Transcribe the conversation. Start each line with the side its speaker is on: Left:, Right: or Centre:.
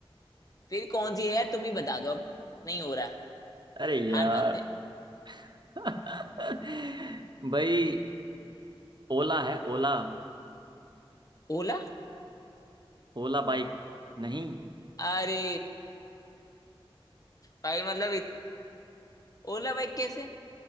Left: फिर कौन सी है यार तुम ही बता दो अब नहीं हो रहा
Right: अरे यार
Left: हार मानते
Right: <laughs> भाई ओला है ओला
Left: ओला
Right: ओला बाइक नहीं
Left: अरे भाई मतलब इत... ओला भाई कैसे